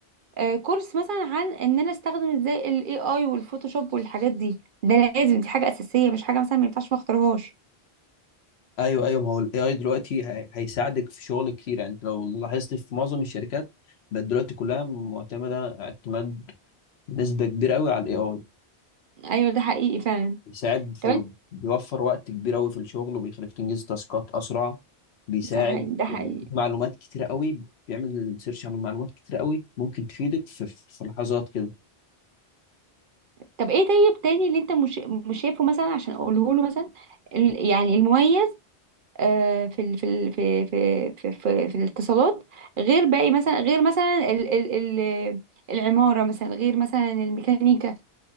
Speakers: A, on the right; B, on the left.
A: آه، كورس مثلا عن ان انا استخدم ازاي الاي اي والفوتوشوب والحاجات دي ده لازم دي حاجة اساسية مش حاجة مثلا ما ينفعش ما اختارهاش
B: ايوه ايوه ما هو الاي اي دلوقتي هي- هيساعدك في شغل كتير يعني انت لو لاحظت في معظم الشركات بقت دلوقتي كلها معتمده اعتماد بنسبه كبيره قوي على الاي اي
A: ايوه ده حقيقي فعلا
B: بيساعد في
A: طب انت
B: بيوفر وقت كبير قوي في الشغل وبيخليك تنجز تاسكات اسرع بيساعد
A: صح ده حقيقي
B: بيديك معلومات كتيره قوي بيعمل سيرش على معلومات كتيره قوي ممكن تفيدك في في لحظات كده
A: طب ايه طيب تاني اللي انت مش مش شايفه مثلا عشان اقوله له مثلا ال- يعني المميز آه، في ال في ال في في في في, في الاتصالات غير باقي مثلا غير مثلا ال ال ال العمارة مثلا غير مثلا الميكانيكا